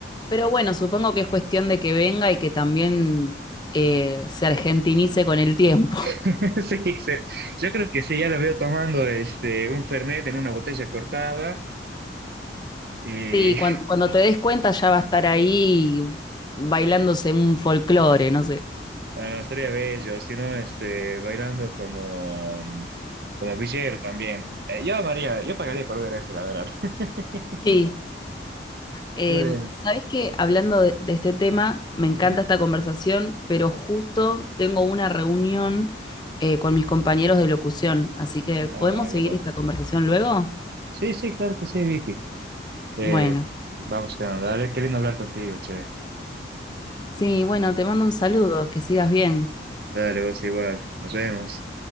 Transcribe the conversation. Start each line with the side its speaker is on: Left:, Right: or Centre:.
Left: Pero bueno, supongo que es cuestión de que venga y que también eh, se argentinice con el tiempo.
Right: <laughs> Sí, sí. Yo creo que sí, ya la veo tomando este un fernet en una botella cortada y
Left: Sí,
Right: <laughs>
Left: cuan- cuando, te des cuenta ya va a estar ahí bailándose un folclore, no sé.
Right: bueno, estaría bello, si no, este, bailando como, como villero también. Eh, yo amaría, yo pagaría por ver eso, la verdad. <laughs>
Left: Sí, Eh,
Right: Bueno.
Left: ¿sabés qué? Hablando de, de este tema, me encanta
Right: Ujú.
Left: esta conversación, pero justo tengo una reunión eh, con mis compañeros de locución, así que ¿podemos
Right: Ah, ya
Left: seguir
Right: bueno.
Left: esta conversación luego?
Right: Sí, sí, claro que sí, Vicky. Eh,
Left: Bueno,
Right: vamos quedando, dale, qué lindo hablar contigo, che.
Left: sí, bueno, te mando un saludo, que sigas bien.
Right: Dale, vos igual, nos vemos.